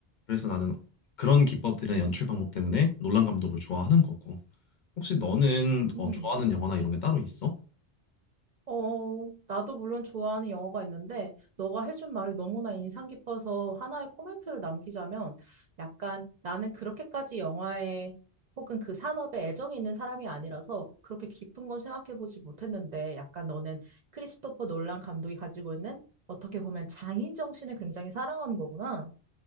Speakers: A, on the left; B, on the right.
A: 그래서 나는 그런 기법들이나 연출 방법 때문에 놀란 감독을 좋아하는 거고. 혹시 너는
B: 음.
A: 어, 좋아하는 영화나 이런 게 따로 있어?
B: 어, 나도 물론 좋아하는 영화가 있는데, 너가 해준 말이 너무나 인상 깊어서 하나의 코멘트를 남기자면, 약간 나는 그렇게까지 영화에 혹은 그 산업에 애정이 있는 사람이 아니라서 그렇게 깊은 건 생각해보지 못했는데, 약간 너는 크리스토퍼 놀란 감독이 가지고 있는 어떻게 보면 장인 정신을 굉장히 사랑하는 거구나.